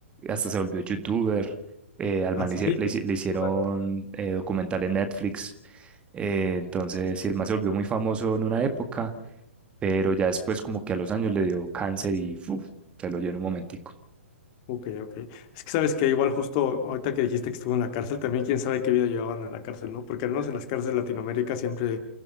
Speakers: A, on the right (about 15°); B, on the left (about 35°).
A: hasta se volvió youtuber. eh, al
B: Así.
A: man le, hici- le hici- le hicieron
B: Órale.
A: eh, documental en Netflix. eh, entonces, sí, el man se volvió muy famoso en una época, pero ya después como que a los años le dio cáncer y ¡fuf! se lo dio en un momentico.
B: Ok, ok. Es que sabes que igual justo ahorita que dijiste que estuvo en la cárcel, también quién sabe qué vida llevaban en la cárcel, ¿no? Porque al menos en las cárceles de Latinoamérica siempre